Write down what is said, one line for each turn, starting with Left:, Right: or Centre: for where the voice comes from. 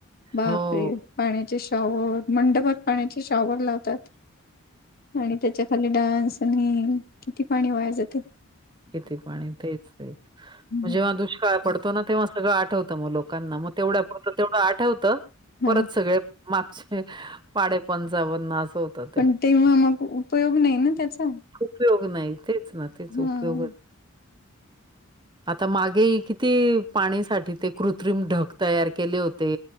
Left: बापरे
Right: हो.
Left: पाण्याचे शॉवर. मंडपात पाण्याचे शॉवर लावतात आणि त्याच्या खाली डान्स आणि किती पाणी वाया जातेय.
Right: किती पाणी तेच तेच
Left: हम्म.
Right: जेव्हा दुष्काळ पडतो ना तेव्हा सगळं आठवतं मग लोक लकांना मग तेवढ्या पुरतं तेवढं आठवतं
Left: हा
Right: परत सगळे मागचे पाडे पंचावन्न असं होतं. ते.
Left: पण तेव्हा मग उपयोग नाही ना त्याचा.
Right: उपयोग नाही तेच ना तेच
Left: हा.
Right: उपयोगच आता मागे किती पाणीसाठी ते कृत्रिम ढग तयार केले होते.